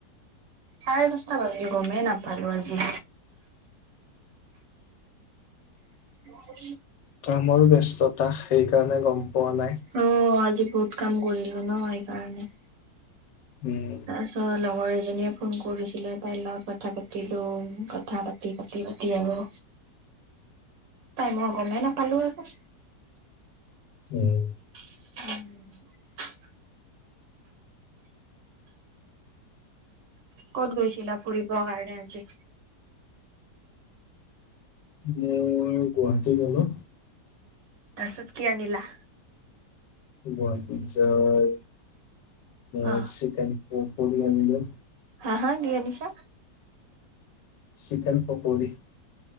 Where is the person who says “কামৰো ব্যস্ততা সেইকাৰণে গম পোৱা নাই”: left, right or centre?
Left